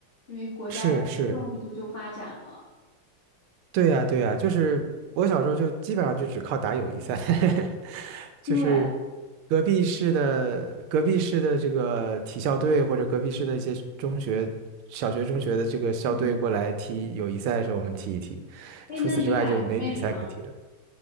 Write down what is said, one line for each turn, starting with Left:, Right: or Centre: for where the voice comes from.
Left: 因为国家也重视足球发展了。
Right: 是是，对呀，对呀，就是我小时候就基本上就只靠打友谊赛，<laughs> 就是
Left: 对，
Right: 隔壁市的隔壁市的这个体校队或者隔壁市的一些中学、小学、中学的这个校队过来踢友谊赛的时候，
Left: 嗯，
Right: 我们踢一踢。
Left: 哎，
Right: 除此之外就没比赛可踢了。
Left: 那你打什么位哎置呢？